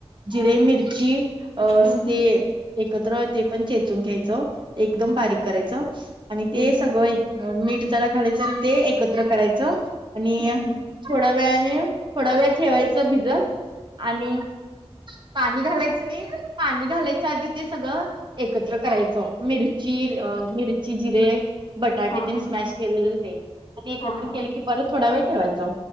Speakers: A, on the right; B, on the left.
A: जिरे मिरची अ असं
B: हम्म
A: ते एकत्र ते पण चेचून घ्यायचं एकदम बारीक करायचं आणि
B: हम्म
A: ते सगळं
B: हम्म
A: ए अ मीठ जरा घालायचं आणि ते एकत्र करायचं आणि
B: हम्म
A: अ
B: हम्म
A: थोड्या वेळाने थोडा वेळ ठेवायचं भिजत आणि पाणी घालायचं नाही पाणी घालायचं आदी ते सगळं एकत्र करायचं मिरची अ मिरची, जिरे बटाटे
B: हा
A: तेन
B: हा
A: स्मॅश केलेले ते आणि एकत्र
B: हा हा
A: केले की परत थोडा वेळ ठेवायचं